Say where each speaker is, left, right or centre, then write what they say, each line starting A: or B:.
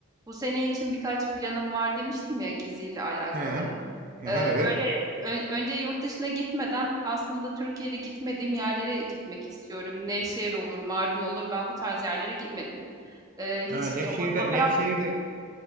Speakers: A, on the right; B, on the right.
A: Bu sene için birkaç planım var demiştim ya geziyle alakalı.
B: He.
A: Eee,
B: Aha, evet.
A: böyle ön- önce yurt dışına gitmeden aslında Türkiye'de gitmediğim yerlere gitmek istiyorum. Nevşehir olur, Mardin olur. Ben bu tarz yerlere gitmedim. Eee, hiç
B: Ha, Nevşehir'de
A: e, o, o taraf
B: Nevşehir'de